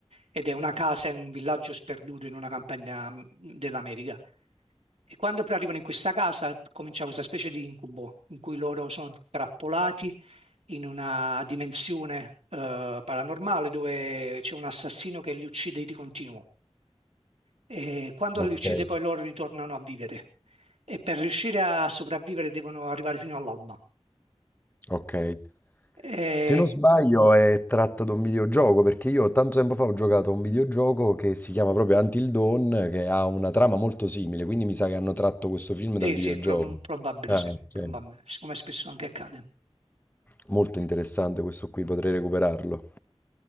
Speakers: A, on the right; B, on the left.
A: ed è una casa in un villaggio sperduto in una campagna mh, dell'America. E quando poi arrivano in questa casa comincia questa specie di incubo in cui loro sono trappolati in una dimensione eh, paranormale dove c'è un assassino che li uccide di continuo. E quando
B: ok,
A: li uccide poi loro ritornano a vivere e per riuscire a sopravvivere devono arrivare fino all'alba.
B: ok.
A: E,
B: Se non sbaglio è tratta da un videogioco, perché io tanto tempo fa ho giocato a un videogioco che si chiama proprio Until Dawn, che ha una trama molto simile, quindi mi sa che hanno tratto questo film
A: sì,
B: dal videogioco.
A: sì, prob- probabile,
B: Ah,
A: sì,
B: ok.
A: probabile, siccome spesso anche accade.
B: Molto interessante questo qui, potrei recuperarlo.